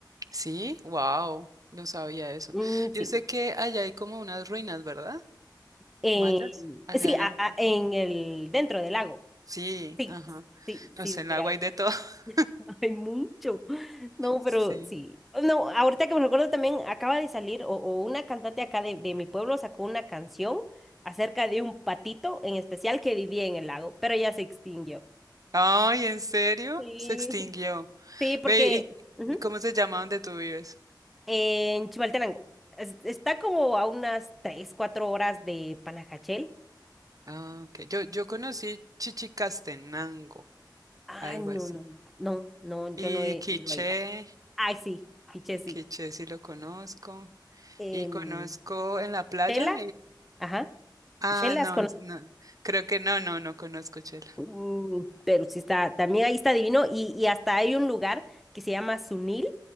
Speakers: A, on the right; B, in the centre.
A: Sí, wow, no sabía eso.
B: Mm, sí,
A: Yo sé que allá hay como unas ruinas, ¿verdad?
B: en,
A: Mayas, allá
B: sí,
A: en
B: a-
A: lo profundo.
B: a- en el, dentro del lago.
A: Sí,
B: Sí,
A: ajá.
B: sí,
A: No
B: sí, sí,
A: sé, en
B: sí
A: el agua
B: hay.
A: hay de todo. <laughs>
B: <laughs> Hay mucho. No, pero
A: Sí.
B: sí. No, ahorita que me recuerdo también acaba de salir o, o una cantante acá de, de mi pueblo sacó una canción acerca de un patito en especial que vivía en el lago, pero ya se extinguió.
A: Ay, ¿en serio?
B: Sí,
A: Se extinguió.
B: sí, porque
A: Ve,
B: ujú,
A: ¿y, y cómo se llama donde tú vives?
B: en Chimaltenango es- está como a unas 3 4 horas de Panajachel.
A: Ah, ok. Yo, yo conocí Chichicastenango,
B: Ay,
A: algo
B: no,
A: así.
B: no, no. No, no,
A: Y
B: yo no he
A: Quiché,
B: ido ahí. Ay, sí, piche,
A: el
B: sí.
A: Quiché sí lo conozco.
B: Em,
A: Y conozco en la playa.
B: Shela, ajá.
A: Ah,
B: Shela,
A: no, es- no. Creo que no, no, no conozco chela.
B: Mm, pero sí está, también ahí está divino y, y hasta hay un lugar que se llama Sunil,